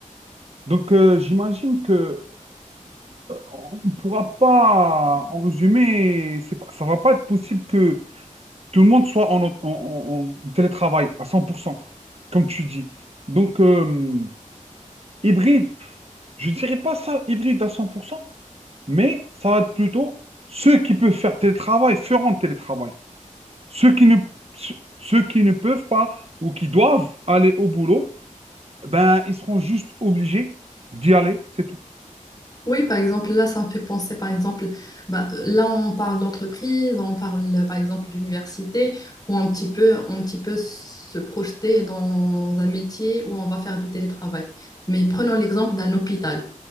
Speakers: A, on the right; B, on the left.
A: Donc euh, j'imagine que euh, on ne pourra pas, en résumé, c'est pas- ça ne va pas être possible que tout le monde soit en, en- en- en télétravail à 100%, comme tu dis. Donc, euh, hybride, je dirais pas ça hybride à 100%, mais ça va être plutôt ceux qui peuvent faire télétravail feront télétravail. Ceux qui ne, ceux ceux qui ne peuvent pas ou qui doivent aller au boulot, ben, ils seront juste obligés d'y aller, c'est tout.
B: Oui, par exemple, là, ça me fait penser, par exemple, bah, là, on parle d'entreprise, on parle, par exemple, d'université, où un petit peu, un petit peu se projeter dans un métier où on va faire du télétravail. Mais prenons l'exemple d'un hôpital.